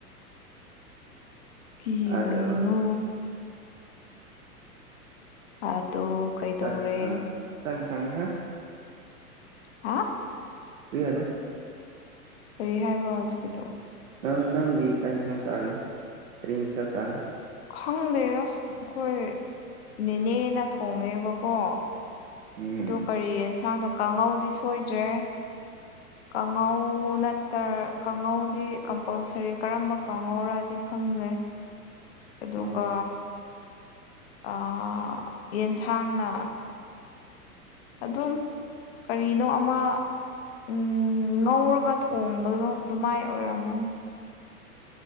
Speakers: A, on the left; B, on the right.
A: ꯀꯤꯒꯅꯣ
B: ꯑꯗꯣ
A: ꯑꯥꯗꯣ ꯀꯩꯗꯧꯔꯦ
B: ꯆꯥꯛ <unintelligible>
A: ꯍꯥ
B: ꯀ꯭ꯔꯤ ꯍꯥꯏꯕ
A: ꯀꯔꯤ ꯍꯥꯏꯕ꯭ꯔꯣ ꯍꯧꯖꯤꯛꯀꯤꯗꯣ
B: ꯅꯪ ꯅꯪꯗꯤ ꯀꯩ ꯏꯟꯁꯥꯡ ꯆꯥꯒꯅꯤ ꯀꯔꯤ ꯃꯊꯦꯜ ꯆꯥꯒꯅꯤ
A: ꯈꯪꯗꯦꯗ ꯑꯈꯣꯏ ꯅꯦꯅꯦꯅ ꯊꯣꯡꯉꯦꯕꯀꯣ
B: ꯎꯝ
A: ꯑꯗꯣ ꯀꯔꯤ ꯌꯦꯟꯁꯥꯡꯗꯣ ꯀꯥꯉꯧꯗꯤ ꯁꯣꯏꯗ꯭ꯔꯦ ꯀꯥꯉꯧ ꯅꯠꯇꯔ ꯀꯥꯉꯧꯗꯤ ꯀꯝꯄꯜꯁꯔꯤ ꯀꯔꯝꯕ ꯀꯥꯉꯧꯔꯗꯤ ꯈꯪꯗ꯭ꯔꯦ ꯑꯗꯨꯒ
B: ꯑ
A: ꯑ ꯌꯦꯟꯁꯥꯡꯅ ꯑꯗꯨꯝ ꯀꯔꯤꯅꯣ ꯑꯃ ꯎꯝ ꯉꯧꯔꯒ ꯊꯣꯡꯕꯗꯣ ꯗꯨꯃꯥꯏ ꯑꯣꯏꯔꯝꯃꯅꯤ